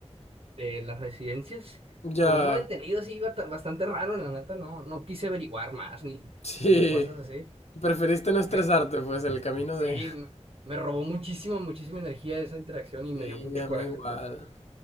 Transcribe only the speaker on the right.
de las residencias.
Por un malentendido así ba- bastante raro, la neta, no, no quise averiguar más ni,
ni cosas así.
Me,
sí,
me, me robó muchísima, muchísima energía esa interacción y
me dio mucho
coraje,
pues.